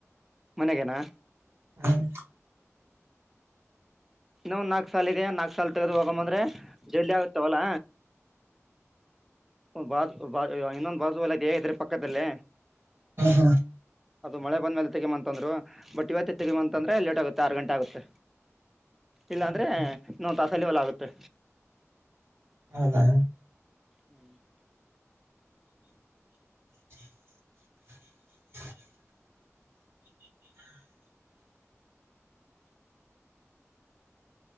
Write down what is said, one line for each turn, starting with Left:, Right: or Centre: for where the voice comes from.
Centre: ಮನೆಗೆೇನಾ
Right: ಹ್ಮ್
Centre: ಇನ್ನೊ ಒಂದ್ ನಾಲ್ಕು ಸಾಲ ಇದೆ ನಾಲ್ಕ್ ಸಲ್ ತೆೆಗೆದು ಹೋಗಂಬಂದ್ರೆ ಜಲ್ಲಿ ಆಗುತ್ತಾ ಒಲ ಬ ಬ ಇನ್ನೊಂದು ಬಾಸು ಒಲಗೆ ಇದ್ರ ಪಕ್ಕದಲ್ಲೇ
Right: ಹ
Centre: ಅದು ಮಳೆ ಬಂದ್ಮೇಲೆ ತೆಗಂತ ಅಂದ್ರು ಬಟ್ ಇವತ್ತ ತೆಗಮಂತಂದ್ರೆ ಲೇಟ್ ಆಗುತ್ತೆ ಆರು ಗಂಟೆ ಆಗುತ್ತೆ ಇಲ್ಲಾಂದ್ರೆ
Right: ಹ್ಮ್ ಹ್ಮ್
Centre: ನೋ ವನ್ ತಾಸಲ್ಲಿ ಹೊಲ ಆಗುತ್ತೆ
Right: ಹೌದಾ
Centre: ಹ್ಮ್
Right: <unintelligible> <inaudible>